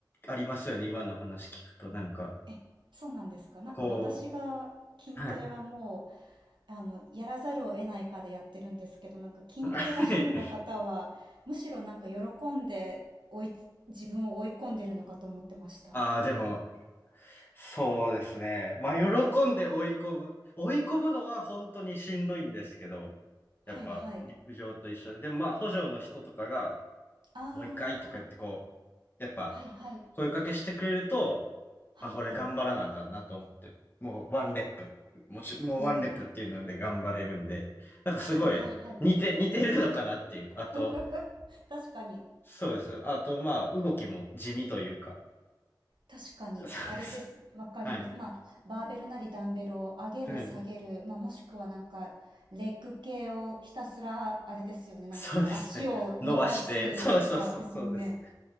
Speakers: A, on the left (about 25°); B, on the right (about 80°).
A: ありますよね。今の話聞くと、なんか、
B: え、そうなんですか？なんか私が筋トレはも
A: こう、はい。
B: うあの、やらざるを得ないかでやってるんですけど、なんか筋トレが趣味の方は、
A: はい。
B: むしろなんか喜んで追い、自分を追い込んでるのかと思ってました。
A: ああ、でも、そうですね。まあ、喜んで追い込む。追い込むのは本当にしんどいんですけど、
B: はいはい。
A: やっぱ陸上と一緒で、でもまあ、補助の人とかが、
B: ああ、
A: もう一回とか言ってこう、やっぱ
B: はいはい。
A: 声かけしてくれると、
B: はいはい。
A: あ、これ頑張らなあかんなと思って、もうワンレップ、もち、もうワンレップっていうので頑張れるんで、
B: なる。
A: なんかすごい似て、
B: はいはいはい。
A: 似てるのかなっていう。あと、
B: <laughs> 確かに。
A: そうです。あと、まあ、動きも地味というか、
B: 確かに。
A: <laughs> そうです。
B: あれです。わかります。
A: はい。
B: まあ、バーベルなりダンベルを上げる下げる。
A: はい
B: まあ、もしくはなんか、レッグ系をひたすら、あれですよね。
A: <laughs>
B: なんかこう、
A: そうですね。
B: 足を伸ばすとかですもんね。
A: 伸ばして、そうそうそう、そうです。